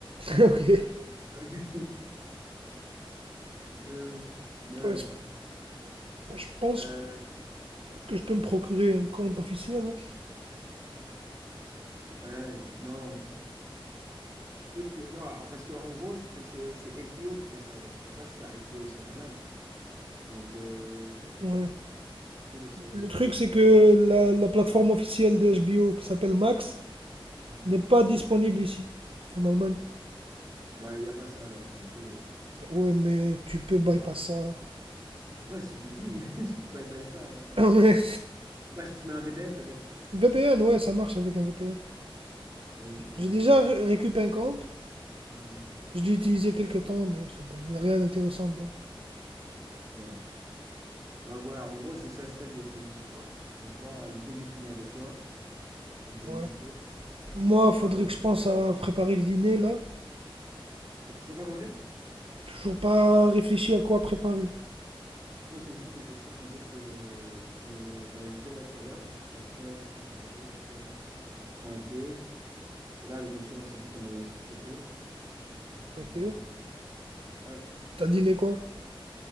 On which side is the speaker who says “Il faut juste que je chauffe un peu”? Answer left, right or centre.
Right